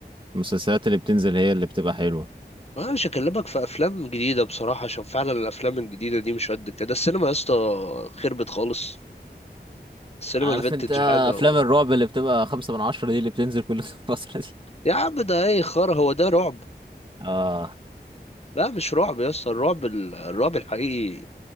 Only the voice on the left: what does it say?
انا مش هكلمك في افلام جديدة بصراحة عشان فعلا الافلام الجديدة دي مش قد كده السينما يا اسطى خربت خالص السينما
الفينتج
حاجة
و...
يا عم ده ايه خرا هو ده رعب
لا مش رعب يا اسطى الرعب ال- الرعب الحقيقي